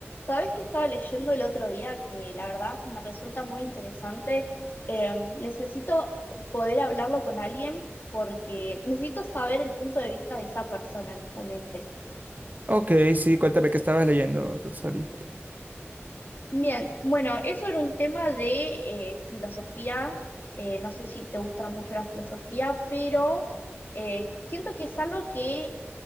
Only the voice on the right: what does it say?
Ok, sí, cuéntame qué estabas leyendo, Rosario.